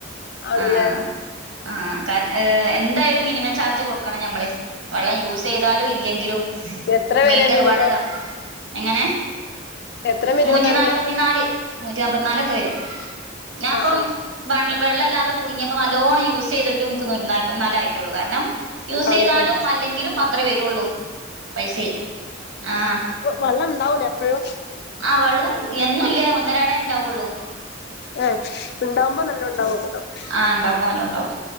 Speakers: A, on the left; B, on the right.
A: ആണല്ലേ
B: ആഹ ആ കാരണം എന്തായാലും മിനിമം ചാർജ് കൊടുക്കണം നമ്മള് വെള്ളം യൂസ് ചെയ്താലും ഇല്ലെങ്കിലും
A: എത്ര വരെ
B: മീറ്റർ
A: മിനിമം
B: വാടക എങ്ങനെ
A: എത്ര മിനിമം
B: നൂറ്റിനാല്പത്തിനാല്
A: വരല്
B: നൂറ്റിനാല്പത്തി നാല് ഒക്കെ വരും ഞാൻപ്പം
A: ആഹ് ആഹ്
B: വ വെള്ളല്ലാതെ കുടുങ്ങിയപ്പോ നല്ലോണം യൂസ് ചെയ്തിട്ട് നക്ക് ഒരു നൂറ്റിനാല്പത്തിനാല ആയിട്ടുള്ളൂ കാരണം യൂസ്
A: ആണല്ലേ
B: ചെയ്താലും അല്ലെങ്കിലും അത്രേ വരുള്ളൂ പൈസ ആഹ്
A: വെല്ലം ഉണ്ടാവൂല എപ്പോഴും
B: ആ വെള്ളം എന്നുംല്ല ഒന്നരട ഉണ്ടാവുള്ളൂ
A: ഏ ഉണ്ടാവുമ്പോ നല്ല <unintelligible>
B: ആ ഉണ്ടാവുമ്പോ നല്ല ഉണ്ടാവും